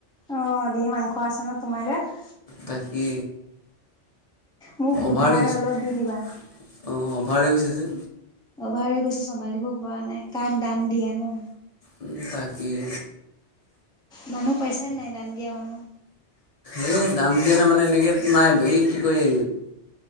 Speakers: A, in the centre; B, on the left.
A: অ', ধেৰ মাংস আছে নহয় তোমাৰ গাত!
B: তাকে
A: মোক উধাৰ
B: অভাৰ হৈ গৈছে।
A: অলপ
B: অ',
A: দি দিবা।
B: অভাৰ হৈ গৈছে যে।
A: অভাৰ হৈ গৈছে চম্ভালিব পৰা নাই কাক দান দিয়ানো।
B: উম, তাকেই।
A: মানুহ পাইচা নে নাই দান দিয়া মানুহ?
B: এই দাম দিয়া নাই মানে এনেকৈ নাই এই কি কয়